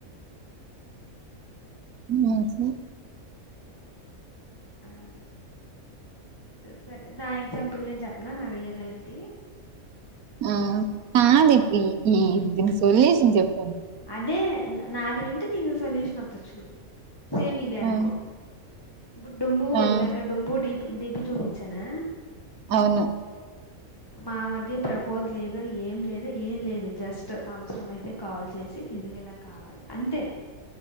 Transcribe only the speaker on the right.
ఉ వాసే
ఆ ఆది <unintelligible> దీని సొల్యూషన్ చెప్
ఆ
ఆ
అవును